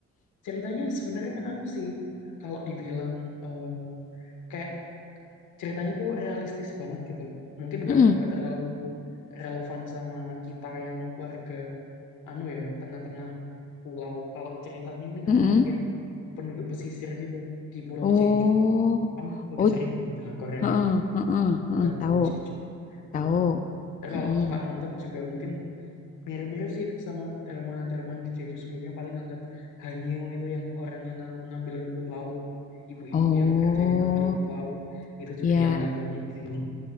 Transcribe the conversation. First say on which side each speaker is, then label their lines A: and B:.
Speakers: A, on the left (about 80°); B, on the left (about 25°).
A: ceritanya sebenarnya anu sih kalau dibilang eh, kayak ceritanya tuh realistis banget gitu loh. Mungkin nggak
B: Mm-mm,
A: nggak terlalu relevan sama kita yang warga anu ya tengah-tengah pulau. Kalau ceritanya ini ngangkat
B: mm-mm.
A: yang penduduk pesisir gitu di Pulau
B: Oh,
A: Jeju kan udah
B: oh,
A: sering main drakor yang
B: heeh, heeh, heeh,
A: ngangkat
B: tahu,
A: Pulau Jeju.
B: tahu.
A: Heeh. Ya,
B: Mm-mm.
A: kalau kakak nonton juga mungkin mirip-mirip sih sama drama-drama yang di Jeju sebelumnya paling ngangkat Hanyu itu yang orang yang nga- ngambil rumput laut, ibu-ibu
B: Oh,
A: yang kerjanya ngambil rumput laut itu juga
B: iya.
A: diangkat lagi di sini.